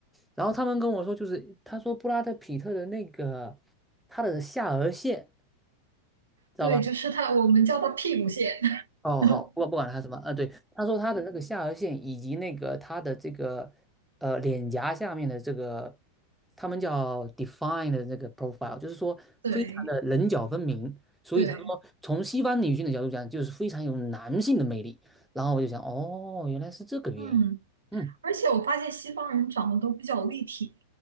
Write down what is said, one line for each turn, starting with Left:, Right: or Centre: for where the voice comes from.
Centre: 然后她们跟我说，就是她说布拉德皮特的那个他的下颌线，知道吧？
Right: 对，就是他，我们叫他屁股蟹。
Centre: 哦，
Right: <laughs>
Centre: 好，不管不管他什么，呃，对，他说他的那个下颌线以及那个他的这个呃脸颊下面的这个，他们叫 d e f i n e 的这个 profile，就是说非常的棱角分明，
Right: 对
Centre: 所以他说从西方女性的角度讲，
Right: 对，
Centre: 就是非常有男性的魅力。然后我就想，哦，原来是这个原因，
Right: 嗯。
Centre: 嗯
Right: 而且我发现西方人长得都比较立体，